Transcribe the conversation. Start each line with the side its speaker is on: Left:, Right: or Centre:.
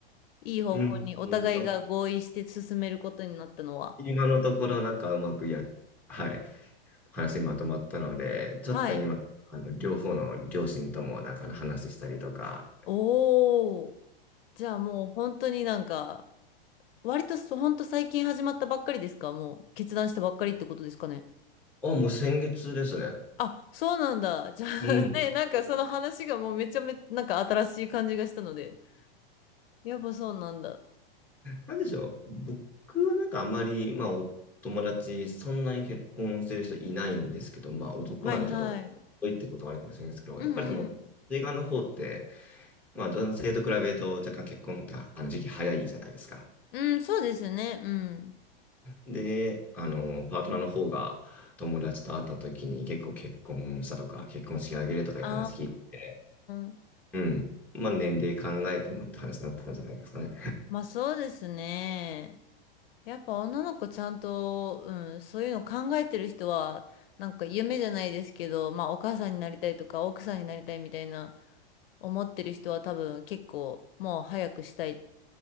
Left: いい方向にお互いが合意して進めることになったのは。
Centre: うん。うん今のところなんかうまくや、はい。話まとまったので、ちょっと今、
Left: はい。
Centre: あの、両方の両親ともなんか話したりとか、
Left: おお。じゃあもう本当になんか、割とそ、本当最近始まったばっかりですかもう決断したばっかりってことですかね。
Centre: あ、もう先月ですね。
Left: あ、そうなんだ。じゃあ
Centre: うん。
Left: <laughs> ね、なんかその話がもうめちゃめちゃなんか新しい感じがしたので。やっぱそうなんだ。
Centre: なんでしょう。僕はなんかあんまり、まあ、お友達、そんなに結婚してる人いないんですけど、まあ、男なんでちょっと、
Left: はいはい。
Centre: 多いってことはあるかもしれないですけど、
Left: うんうん。
Centre: やっぱりその、映画の方って、まあ、男性と比べると若干結婚っあの時期早いじゃないですか。
Left: うん、そうですね。うん。
Centre: で、あの、パートナーの方が友達と会った時に結構結婚したとか、結婚式挙げるとかいう話聞いて、
Left: あー、
Centre: うん。まあ、年齢考えてもって話になったんじゃないですかね。
Left: まあそうですね。やっぱ女の子ちゃんと、うん、そういうの考えてる人は、なんか夢じゃないですけど、まあお母さんになりたいとか奥さんになりたいみたいな思ってる人は多分結構もう早くしたいっ